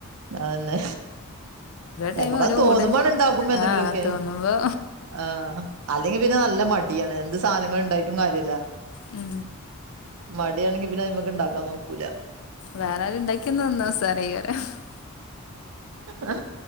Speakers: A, on the right; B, on the left.
A: അതന്നെ ചെലപ്പൊക്കെ
B: ടൈം ഓരോ
A: തോന്നുമ്പാണ്
B: മൂടല്ലേ
A: ഇണ്ടാക്കും എന്തെങ്കിലൊക്കെ.
B: ആഹ് തോന്നുമ്പോ
A: ആ അല്ലെങ്കി പിന്നെ നല്ല മടിയാണ്, എന്ത് സാധനങ്ങൾ ഇണ്ടായിട്ടും കാര്യല്ല.
B: മ്
A: മടിയാണെങ്കി പിന്നെ അതിമ്മേക്ക് ഇണ്ടാക്കാൻ നോക്കൂല.
B: വേറാരും ഇണ്ടാക്കി തന്ന് തന്ന <unintelligible>
A: ആ